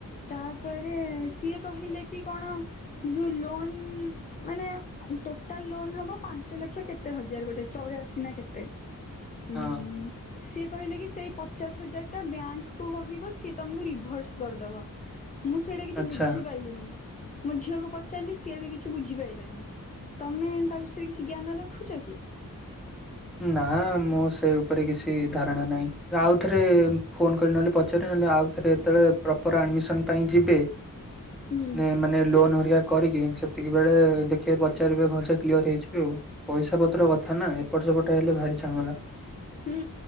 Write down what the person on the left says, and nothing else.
ତାପରେ ସିଏ କହିଲେ କି କଣ ଯୋଉ ଲୋନ୍ ମାନେ ଟୋଟାଲ ଲୋନ ହବ ପାଞ୍ଚ ଲକ୍ଷ କେତେ ହଜାର ଗୋଟେ ଚଉରାଶୀ ନା କେତେ ହ।
ସିଏ କହିଲେ କି ସେଇ ପଚାଶ ହଜାର ଟା ବ୍ୟାଙ୍କକୁୁ କହିବ ସିଏ ତମକୁ ରିଭର୍ସ କରିଦବ ମୁଁ ସେଇଟା କିଛି
ବୁଝିପାରଲିିନି ମୋ ଝିଅକୁ ପଚାରିଲି ସିଏ ବି କିଛି ବୁଝିପାରଲାନି ତମେ ତା ବିଷୟରେ କିଛି ଜ୍ଞାନ ରଖୁଛ କି?
ହୁଁ
ହୁଁ